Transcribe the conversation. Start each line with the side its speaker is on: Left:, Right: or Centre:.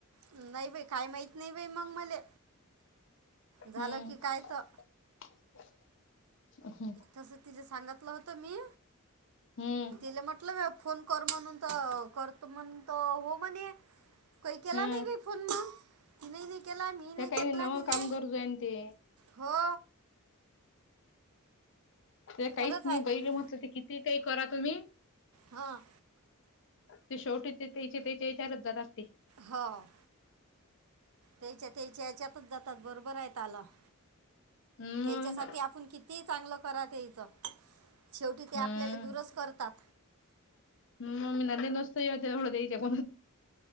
Right: नाही बाई काय माहीत नाही बाई मग मले झालं
Left: हम्म
Right: की काय तर.
Left: <inaudible> <unintelligible>
Right: तस तिझ सांगितलं होतं मी
Left: हम्म
Right: तिला म्हटलं फोन कर म्हणून तर करतो म्हणून त हो म्हणे. काही केला
Left: हा
Right: नाही बाई फोन मग. तिने नाही केला मी
Left: त्या
Right: नाही
Left: काही
Right: केला
Left: नवं
Right: तिने
Left: काम गरजू आहे ते
Right: हो.
Left: ते
Right: खरंच
Left: काहीच
Right: आहेत
Left: नाही बैर म्हटलं ते किती काही करा तुम्ही.
Right: हां.
Left: ते शेवटी ते त्या त्याच्याच्या हेच्यातचं जाणारंच ते.
Right: हां. तेच्या-तेच्या याच्यातच जातात बरोबर आहे ताला. <inaudible>
Left: हम्म
Right: त्याच्यासाठी आपण किती चांगलं करा त्याचं. शेवटी ते
Left: हम्म
Right: आपल्याला दूरच करतात.
Left: हम् मग <unintelligible> गोष्ट देऊळ-देवीचा <unintelligible>